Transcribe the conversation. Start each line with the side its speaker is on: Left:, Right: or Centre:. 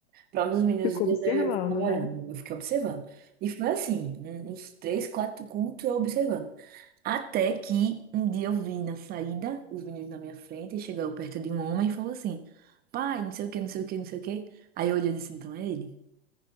Right: Para um dos meninos
Left: Ficou
Right: dias
Left: observando,
Right: eu fiquei olhando,
Left: né?
Right: eu fiquei observando. E foi assim, um- uns três, quatro cultos eu observando. Até que um dia eu vi na saída os meninos na minha frente e chegou perto de um homem e falou assim: Pai, não sei o que, não sei o que, não sei o que. Aí eu olhei e disse: Então é ele.